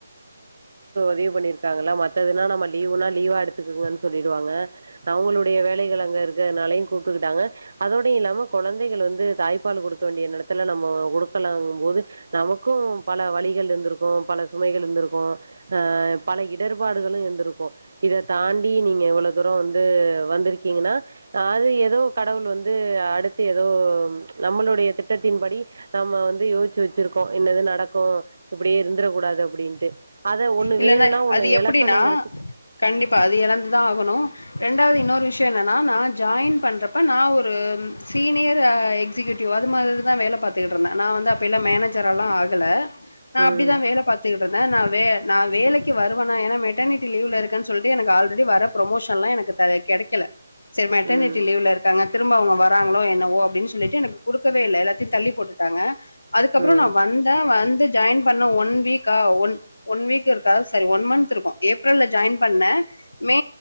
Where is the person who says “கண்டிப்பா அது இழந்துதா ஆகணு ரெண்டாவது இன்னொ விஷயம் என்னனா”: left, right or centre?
Left